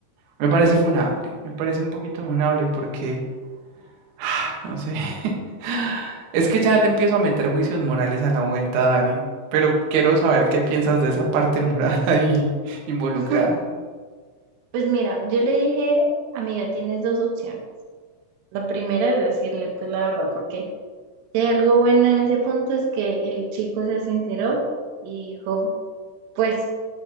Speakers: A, on the right (about 65°); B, on the right (about 85°).
A: me parece funable, me parece un poquito funable porque <sighs> No sé. <laughs> Es que ya le empiezo a meter juicios morales a la vuelta, Dani. Pero quiero saber qué piensas de esa parte moral <laughs> ahí involucrada.
B: <laughs> Pues mira, yo le dije, amiga, tienes dos opciones. La primera es decirle, pues la verdad, porque si hay algo bueno en ese punto es que el chico se sinceró y dijo, pues